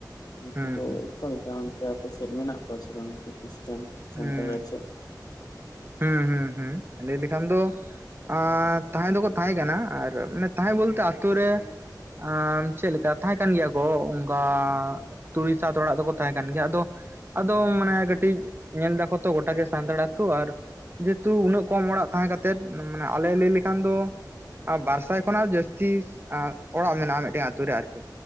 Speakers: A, on the left; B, on the right.
A: ᱩᱱᱠᱩ
B: ᱦᱩᱸ
A: ᱫᱚ
B: ᱦᱩᱸ
A: ᱚᱠᱟ ᱞᱮᱠᱟ ᱚᱱᱛᱮ ᱟᱯᱮ ᱥᱮᱫ ᱢᱮᱱᱟᱜ ᱠᱚᱣᱟ ᱥᱮ ᱵᱟᱝ ᱠᱷᱤᱥᱴᱟᱱ ᱥᱟᱱᱛᱟᱲ
B: ᱦᱩᱸ
A: ᱟᱨ ᱪᱮᱫ
B: ᱦᱩᱸ ᱦᱩᱸ ᱦᱩᱸ ᱞᱟᱹᱭ ᱞᱮᱠᱷᱟᱱ ᱫᱚ ᱟᱸ ᱛᱟᱦᱮᱸ ᱫᱚᱠᱚ ᱛᱟᱦᱮᱸ ᱠᱟᱱᱟ ᱟᱨ ᱢᱟᱱᱮ ᱛᱟᱦᱮᱸ ᱵᱚᱞᱛᱮ ᱟᱹᱛᱩ ᱨᱮ ᱟᱢ ᱪᱮᱫ ᱞᱮᱠᱟ ᱛᱟᱦᱮᱸ ᱠᱟᱱ ᱜᱮᱭᱟ ᱠᱚ ᱚᱱᱠᱟ ᱛᱩᱨᱩᱭ ᱥᱟᱛ ᱚᱲᱟᱜ ᱫᱚ ᱠᱚ ᱛᱟᱦᱮᱸ ᱠᱟᱱ ᱜᱮᱭᱟ ᱟᱫᱚ ᱟᱫᱚ ᱢᱟᱱᱮ ᱠᱟᱹᱴᱤᱡ ᱧᱮᱞ ᱫᱟᱠᱚ ᱛᱚ ᱜᱚᱴᱟ ᱜᱮ ᱥᱟᱱᱛᱟᱲ ᱟᱛᱩ ᱟᱨ ᱡᱮᱛᱩ ᱩᱱᱟᱹᱜ ᱠᱚᱢ ᱚᱲᱟᱜ ᱛᱟᱦᱮᱸ ᱠᱟᱛᱮᱫ ᱢᱟᱱᱮ ᱟᱞᱮ ᱞᱟᱹᱭ ᱞᱮᱠᱷᱟᱱ ᱫᱚ᱾ ᱟᱨ ᱵᱟᱨ ᱥᱟᱭ ᱠᱷᱚᱱᱟᱜ ᱡᱟᱹᱥᱛᱤ ᱚᱲᱟᱜ ᱢᱮᱱᱟᱜ-ᱟ ᱢᱤᱫᱴᱮᱱ ᱟᱛᱩ ᱨᱮ ᱟᱨᱠᱤ᱾